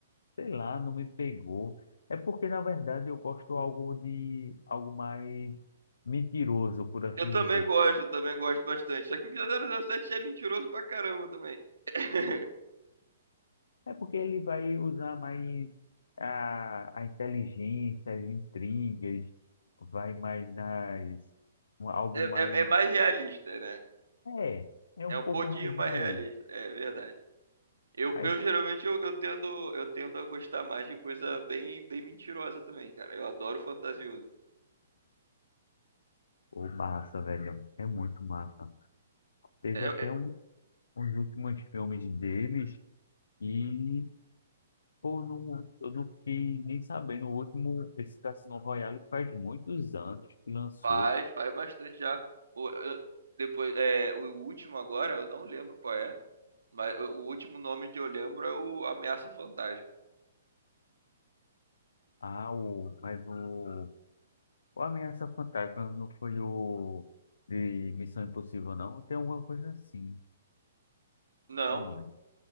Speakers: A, on the left; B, on the right.
A: Sei lá, não me pegou. É porque, na verdade, eu gosto algo de. Algo mais mentiroso, por assim
B: Eu também
A: dizer.
B: gosto, eu também gosto bastante. Só que o zero zero sete é mentiroso pra caramba também. <laughs>
A: É porque ele vai usar mais a, a inteligência, as intrigas, vai mais nas. um- Algo
B: É,
A: mais.
B: é, é mais realista, né?
A: É, é um
B: É um
A: pouco
B: pouquinho
A: mais
B: mais
A: ali.
B: realista, é verdade. Eu,
A: Aí,
B: eu
A: co-
B: geralmente eu, eu tendo eu tendo a gostar mais de coisa bem bem mentirosa também, cara. Eu adoro fantasioso.
A: Ô, massa, velho. É muito massa. Teve
B: É,
A: até
B: é-
A: um, uns últimos filmes deles e, pô, não, eu não fiquei nem sabendo. O último, esse Cassino Royale, faz muitos anos que lançou.
B: faz faz bastante já. O, eu- depois é, o último agora eu não lembro qual é. Mas o o último nome que eu lembro é o Ameaça Fantasma.
A: Ah, o, mas o O Ameaça Fantástica não foi o de Missão Impossível, não? Tem alguma coisa assim.
B: Não,
A: Não
B: pô,
A: lembro.